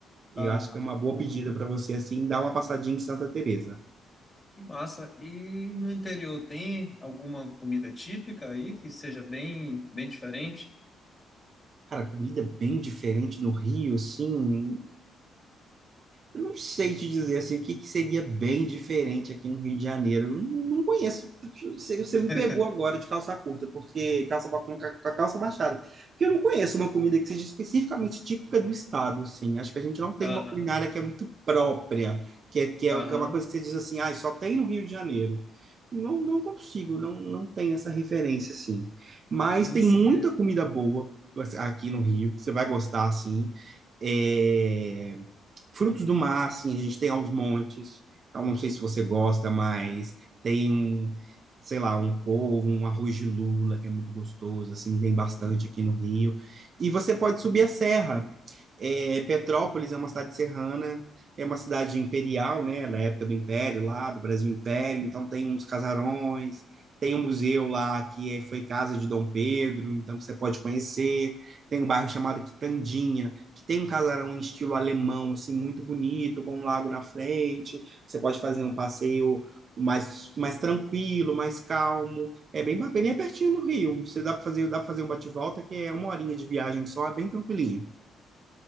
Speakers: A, on the left; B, on the right.
A: ah
B: E eu acho que é uma boa
A: Pô,
B: pedida para você, assim, dar uma passadinha em Santa Teresa.
A: que massa. E no interior tem alguma comida típica aí que seja bem, bem diferente?
B: Cara, comida bem diferente no Rio, assim, Eu não sei te dizer assim, o que, que seria bem diferente aqui no Rio de Janeiro. Eu não não conheço. Você você
A: <laughs>
B: me pegou agora de calça curta, porque calça ba- com ca- com a calça baixada. Porque eu não conheço uma comida que seja especificamente típica do estado, assim. Acho que a gente não tem
A: Aham,
B: uma culinária que é muito própria, que é, que é
A: aham.
B: que é uma coisa que você diz assim, ah, só tem no Rio de Janeiro. Não, não consigo, não, não tenho essa referência, assim. Mas
A: Sim,
B: tem
A: sim.
B: muita
A: é.
B: comida boa assim, aqui no Rio, você vai gostar, assim. É... Frutos do mar, assim, a gente tem aos montes. Então, não sei se você gosta, mas tem um, sei lá, um polvo, um arroz de lula, que é muito gostoso, assim, tem bastante
A: Bom,
B: aqui no Rio. E você pode subir a serra. É, Petrópolis é uma cidade serrana, é uma cidade imperial, né, da época do Império, lá do Brasil Império, então tem uns casarões, tem um museu lá que é, foi casa de Dom Pedro, então você pode conhecer, tem um bairro chamado Quitandinha, que tem um casarão em estilo alemão, assim, muito bonito, com um lago na frente. Você pode fazer um passeio mais, mais tranquilo, mais calmo. É bem bacana e é pertinho do Rio. Você dá para fazer, dá para fazer um bate-volta que é uma horinha de viagem só, é bem tranquilinho.